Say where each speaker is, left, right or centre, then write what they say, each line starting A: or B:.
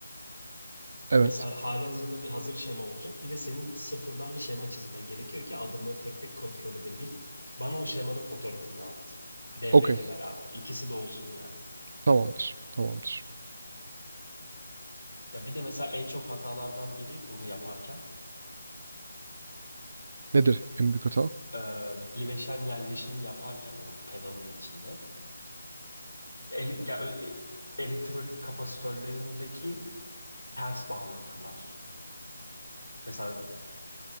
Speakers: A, on the right; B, on the left.
A: Evet.
B: Mesela halihazırda bir hazır şema olacak. Bir de senin sıfırdan bir şema çizmen gerekiyor ki adımları tek tek kontrol edebil. Bana o şemanın fotoğrafını at. Devreyle
A: Okey.
B: beraber. İkisi de olsun yani.
A: Tamamdır. Tamamdır.
B: Ya bir de mesela en çok hatalardan biri bunu yaparken
A: Nedir en büyük hata?
B: e, bileşen yerleşimi yaparken o pedalın içinde ele- ya- e- elektrolit kapasitörlerindeki ters bağlantılar. Mesela